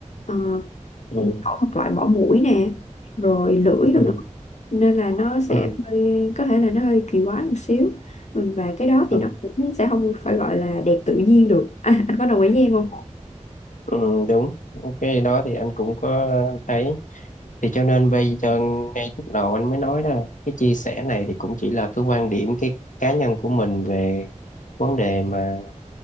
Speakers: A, on the left; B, on the left.
A: ờ, ừ,
B: ừ
A: phẫu thuật loại bỏ mũi nè rồi lưỡi rồi
B: ừ
A: nữa nên là nó sẽ
B: ừ
A: hơi, có thể là nó hơi kỳ quái một xíu Ừ, và cái đó thì
B: ừ
A: nó cũng sẽ không phải gọi là đẹp tự nhiên được à, anh có đồng ý với em không
B: ừ đúng cái đó thì anh cũng có thấy thì cho nên bây giờ ngay lúc đầu anh mới nói đó cái chia sẻ này thì cũng chỉ là cái quan điểm cái cá nhân của mình về vấn đề mà